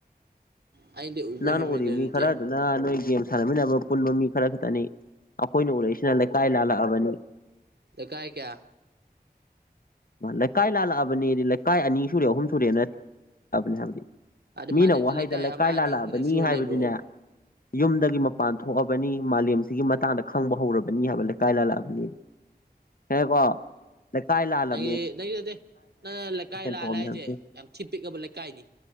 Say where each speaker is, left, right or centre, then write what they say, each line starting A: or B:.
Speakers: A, on the right; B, on the left.
A: ꯑꯩꯗꯤ ꯎꯕ
B: ꯅꯪꯅ
A: ꯍꯦꯟꯕꯗ
B: ꯎꯔꯤ ꯃꯤ
A: ꯅꯠꯇꯦ
B: ꯈꯔꯗꯨ ꯅ ꯅꯣꯏ ꯒꯦꯝ ꯁꯥꯟꯅꯃꯤꯟꯅꯕ ꯄꯨꯟꯕ ꯃꯤ ꯈꯔ ꯈꯤꯇꯅꯤ ꯑꯈꯣꯏꯅ ꯎꯔꯛꯏꯁꯤꯅ ꯂꯩꯀꯥꯏ ꯂꯥꯜꯂꯛꯑꯕꯅꯤ
A: ꯂꯀꯥꯏ ꯀꯌꯥ
B: ꯃꯥ ꯂꯩꯀꯥꯏ ꯂꯥꯜꯂꯛꯑꯕꯅꯦꯗꯤ ꯂꯩꯀꯥꯏ ꯑꯅꯤ ꯁꯨꯔꯦ ꯑꯍꯨꯝ ꯁꯨꯔꯦꯅ ꯑꯕꯅꯤ ꯍꯥꯏꯕꯗꯤ
A: ꯑꯗꯩ ꯃꯥꯂꯦꯝꯁꯦ
B: ꯃꯤꯅ ꯋꯥꯍꯩꯗ ꯂꯩꯀꯥꯏ
A: ꯑꯃ ꯑꯅꯤ
B: ꯂꯥꯜꯂꯛꯑꯕꯅꯤ
A: ꯑꯍꯨꯝ ꯈꯤꯇꯪ ꯁꯨꯔ
B: ꯍꯥꯏꯕꯗꯤꯅꯦ
A: ꯂꯩꯕ꯭ꯔꯣ
B: ꯌꯨꯝꯗꯒꯤ ꯃꯄꯥꯟ ꯊꯣꯛꯑꯕꯅꯤ ꯃꯥꯂꯦꯝꯁꯤꯒꯤ ꯃꯇꯥꯡꯗ ꯈꯪꯕ ꯍꯧꯔꯕꯅꯤ ꯍꯥꯏꯕ ꯂꯩꯀꯥꯏ ꯂꯥꯜꯂꯛꯑꯕꯅꯦꯗꯤ
A: <inaudible>
B: ꯍꯦ ꯀꯣ ꯂꯩ ꯀꯥꯏ ꯂꯥꯜꯂꯛ__
A: ꯑꯦ ꯅꯪꯒꯤ ꯅꯠꯇꯦ ꯅꯪꯅ ꯂꯩꯀꯥꯏ ꯂꯥꯜꯂꯦ
B: ꯇꯣꯛꯑꯝꯅꯦ
A: ꯍꯥꯏꯖꯦ
B: ꯍꯥꯏꯕꯗꯤ
A: ꯌꯥꯝ ꯊꯤ ꯄꯤꯛꯑꯕ ꯂꯩꯀꯥꯏꯅꯤ